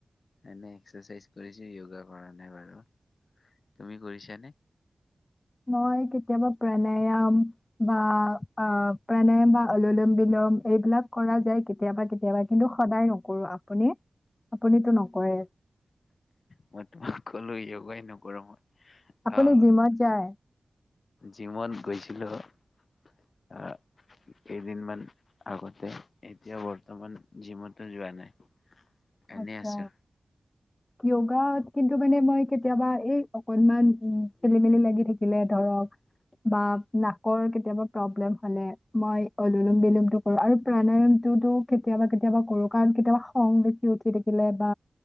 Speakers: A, on the left; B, on the left.
A: এনে এক্সেচাইজ কৰিছো য়োগা কৰা নাই বাৰু তুমি কৰিছানে।
B: মই কেতিয়াবা প্ৰাণায়াম বা অ প্ৰণায়াম বা অললম বিলম এইবিলাক কৰা যায়। কেতিয়াবা কেতিয়াবা কিন্তু সদায় নকৰো আপুনি আপুনিতো নকৰে
A: মই তোমাক কলো যোগাই নকৰো মই
B: আপুনি
A: আহ
B: জিমত যায়।
A: জিমত গৈছিলো আহ কেইদিনমান আগতে এতিয়া বৰ্তমান জিমতো যোৱা নাই। এনেই
B: আত্ছা
A: আছো।
B: য়োগাত। কিন্তু মানে মই কেতিয়াবা এই অকনমান উ খেলি মেলি লাগি থাকিলে ধৰক বাম। নাকৰ কেতিয়াবা প্ৰব্লেম হ'লে মই অলুলুম বিলোমতটো কৰোঁ। আৰু প্ৰাণায়ামটোতো কেতিয়াবা কেতিয়াবা কৰোঁ কাৰণ কেতিয়াবা খং। উঠি থাকিলে বা